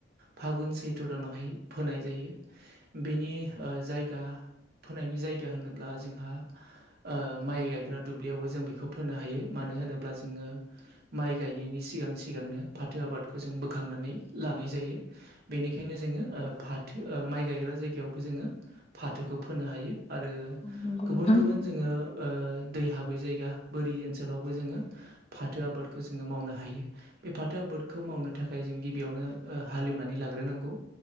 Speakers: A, on the right; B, on the left.
A: फागुन सैत्र दानावहाय फोनाय जायो। बेनि ओ जायगा फोनायनि जायगा होनोब्ला जोंहा ओ माइ गायग्रा दुब्लियावबो जों बेखौ फोनो हायो। मानो मानो होनोब्ला जोङो माइ गायनायनि सिगां-सिगांनो फाथो आबाद जों बोखांनानै लानाय जायो बेनिखायनो जोङो ओ फाथो ओ माइ गायग्रा जायगायावबो ज जोङो फाथोखौ फोनो हायो आरो
B: औ नंगौ
A: गुबुन
B: नोंथां
A: गुबुन जोङो ओ दै हाबै जायगा बोरि ओनसोलावबो जोङो फाथो आबादखौ जोङो मावनो हायो। बे फाथो आबादखौ मावनो थाखाय जों गिबियावनो हालेवनानै लाग्रोनांगौ।